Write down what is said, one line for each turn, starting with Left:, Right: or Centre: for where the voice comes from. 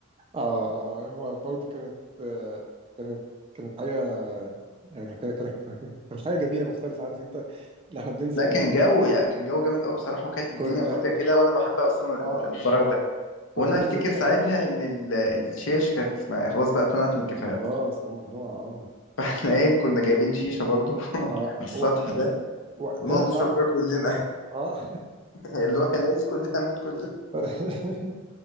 Right: اه اه هو برضو كانت آه، كانت كانت حاجة يعني كانت كانت- كانت حاجة جميلة مختلفة عارف انت اللي احنا بننزل
Left: لا كان جو يعني كان جو جامد قوي بصراحه وكانت
Right: كنا
Left: الدنيا فاضيه كده وانا بحب اصلا
Right: اه
Left: ال- الفراغ ده
Right: كنا
Left: وانا
Right: بننزل
Left: افتكر ساعتها
Right: نغامر
Left: ان ال- الشيش كانت ما- خلاص بقى اتمنعت من الكافيهات
Right: خلاص اه ممنوع اه
Left: <laughs> فاحنا ايه كنا جايبين شيشه برضو <laughs> على
Right: اه
Left: السطح
Right: وق-
Left: ده
Right: وقتها
Left: ونقعد نشرب
Right: فعلا
Left: فيها كلنا
Right: اه
Left: <laughs> اللي هو هنعيش كلنا نموت كلنا
Right: <laughs>